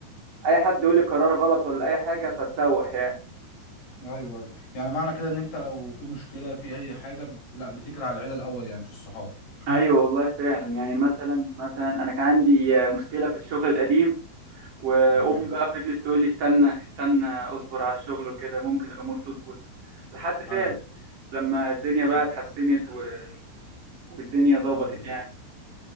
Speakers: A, on the right; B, on the left.
A: اي حد يقول لي قرار غلط ولا اي حاجة فتسوح يعني
B: ايوه ايوه يعني معنى كده ان انت لو في مشكله في اي حاجه ب- لا بتجري على العيله الاول يعني مش الصحاب
A: ايوه والله فعلا يعني مثلا مثلا انا كان عندي آه، مشكله في الشغل القديم وامي
B: تمام
A: بقى فضلت تقول لي استنى استنى اصبر على الشغل وكده ممكن الامور تظبط لحد فعلا
B: ايوه
A: لما الدنيا بقى
B: بالظبط.
A: اتحسنت و... والدنيا ظبطت
B: ايوه
A: يعني